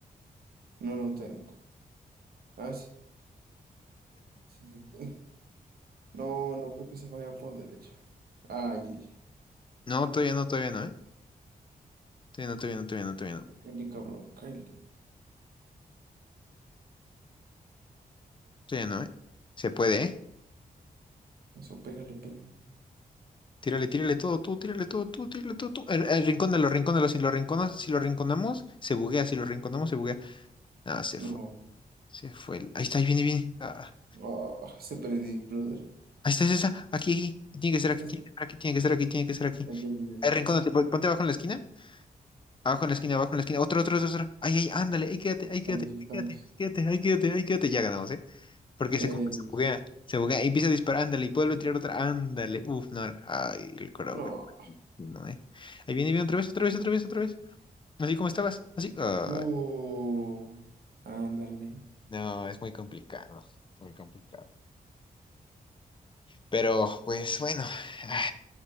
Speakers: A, on the right; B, on the left.
A: No, no tengo. Ah, sí. Sí, sí <laughs> tengo. No, no creo que se vaya por derecha. Ah, GG.
B: No, todavía no, todavía no, ¿eh? Todavía no, todavía no, todavía no, todavía
A: Cáele,
B: no.
A: cáele, cabrón, cáele.
B: Todavía no, ¿eh? Se puede, ¿eh?
A: Eso, pégale, pégale.
B: Tírale, tírale todo, tú, tírale todo, tú, tírale todo, tú. El, el rincónalo, rincónalo. Si lo rinconas, si lo rinconamos, se buguea. Si lo rinconamos, se buguea. Ah, se
A: No.
B: fue. Se fue. el- Ahí está, ahí viene, viene. Ah, ah,
A: Ah, se predic, brother.
B: ahí está, es esa. Aquí, aquí. Tiene que ser
A: Ahí está,
B: aquí, tiene
A: ahí está.
B: que ser aquí, tiene que ser aquí, tiene que ser aquí.
A: Ya, ya, ya, ya con
B: Ahí rincónate,
A: eso.
B: pon- ponte abajo en la esquina. Abajo en la esquina, abajo en la esquina. Otro, otro, otro, otro. Ay, ay, ándale, ahí quédate, ahí
A: Estamos,
B: quédate,
A: estamos.
B: ahí quédate, ahí quédate, ahí quédate, ahí quédate. Ya ganamos, ¿eh? Porque
A: Eh,
B: se, como que se buguea, se buguea y empieza a disparar, ándale, y vuelve a tirar otra, ándale. Uf, no. Ay, el coro,
A: no.
B: güey. No, ¿eh? Ahí viene, viene otra vez, otra vez, otra vez, otra vez. Así como estabas, así. Ay,
A: Uh, ándale.
B: no, es muy complicado, muy complicado. Pero, pues bueno, ah,